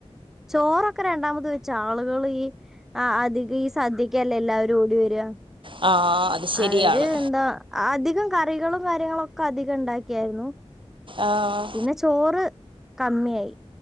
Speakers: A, in the centre; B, on the right (about 50°).
A: ചോറൊക്കെ രണ്ടാമത് വെച്ച ആള്കളീ ആഹ് അധിക ഈ സദ്യക്കല്ലേ എല്ലാരും ഓടിവര്യ
B: ആ അത് ശരിയാണ്
A: അവര് എന്താ അധികം കറികളും കാര്യങ്ങളൊക്കെ അധികണ്ടാക്കിയാര്ന്നു
B: ആഹ്
A: പിന്നെ ചോറ് കമ്മിയായ്